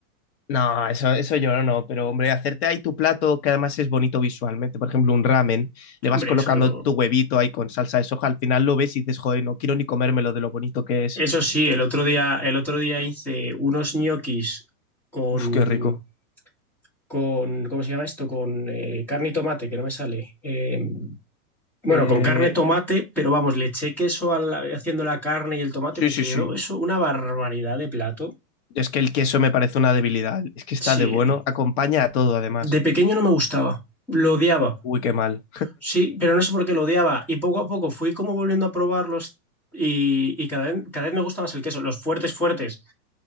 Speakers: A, on the left; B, in the centre.
A: No, eso, eso yo no, pero hombre, hacerte ahí tu plato que además es bonito visualmente, por ejemplo, un ramen, le
B: hombre,
A: vas colocando
B: eso
A: tu huevito ahí con salsa de soja, al final lo ves y dices, joder, no quiero ni comérmelo de lo bonito que es.
B: Eso sí, el otro día, el otro día hice unos ñoquis con,
A: Uf, qué rico.
B: con, ¿cómo se llama esto? Con eh, carne y tomate, que no me sale. Eh, bueno,
A: Eh,
B: con carne, tomate, pero vamos, le eché queso al- haciendo la carne y el tomate,
A: sí,
B: me
A: sí,
B: quedó
A: sí.
B: eso una barbaridad de plato.
A: Es que el queso me parece una debilidad, es que está
B: Sí,
A: de bueno, acompaña a todo además.
B: de pequeño no me gustaba, lo odiaba.
A: Uy, qué mal.
B: Sí, pero no sé por qué lo odiaba. Y poco a poco fui como volviendo a probarlos y, y cada vez, cada vez me gusta más el queso. Los fuertes, fuertes,